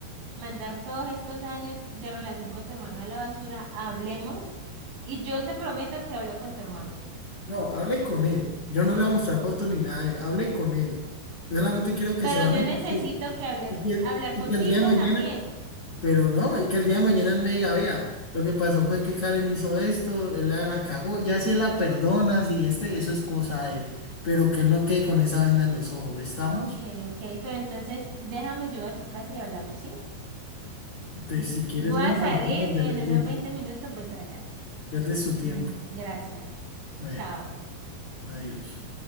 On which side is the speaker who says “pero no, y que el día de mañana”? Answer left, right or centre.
Left